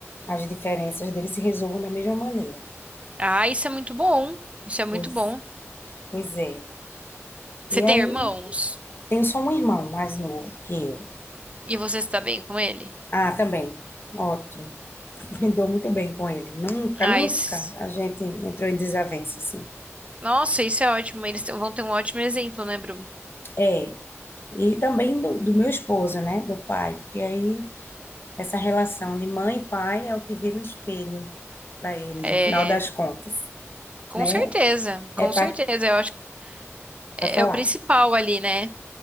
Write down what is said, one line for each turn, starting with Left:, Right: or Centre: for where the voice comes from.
Left: as diferenças deles, se resolvam da mesma maneira.
Right: Ah, isso é muito bom. Isso é muito
Left: Pois,
Right: bom.
Left: pois é.
Right: Você
Left: E
Right: tem
Left: aí,
Right: irmãos?
Left: tenho só um irmão mais novo que eu.
Right: E você está bem com ele?
Left: Ah, também. Ótimo. <laughs> Me dou muito bem com ele. Nunca,
Right: Ah,
Left: nunca
Right: isso...
Left: a gente entrou em desavença, assim.
Right: Nossa, isso é ótimo. Eles te- vão ter um ótimo exemplo, né, Bruno?
Left: É. E também do, do meu esposo, né? Do pai. Porque aí essa relação de mãe e pai é o que vira o espelho para eles,
Right: É,
Left: no final das contas,
Right: com
Left: né?
Right: certeza, com
Left: É para
Right: certeza. Eu acho que é
Left: falar.
Right: o principal ali, né?